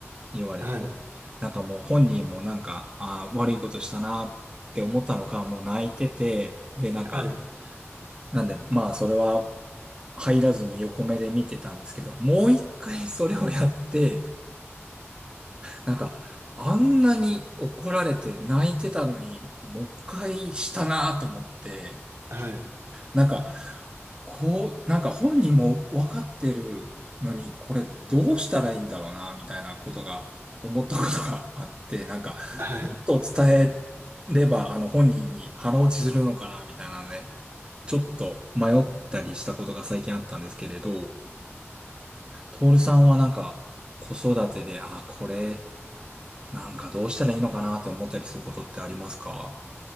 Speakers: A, on the right; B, on the right.
A: 言われて。
B: はい。
A: なんかもう本人もなんか、あー悪いことしたなって思ったのか、もう泣いてて、で、なんか、
B: はい。
A: なんで、まあそれは入らずに横目で見てたんですけど、もう一回それをやって、なんか、あんなに怒られて泣いてたのに、もう一回したなと思って、
B: はい。
A: なんか、こう、なんか本人も分かってるのに、これどうしたらいいんだろうな、みたいなことが、思ったことがあって、なんか、ち
B: はい。
A: ょっと伝えれば、あの本人に腹落ちするのかな、みたいなので、ちょっと迷ったりしたことが最近あったんですけれど、トールさんはなんか、子育てで、あ、これ、なんかどうしたらいいのかなって思ったりすることってありますか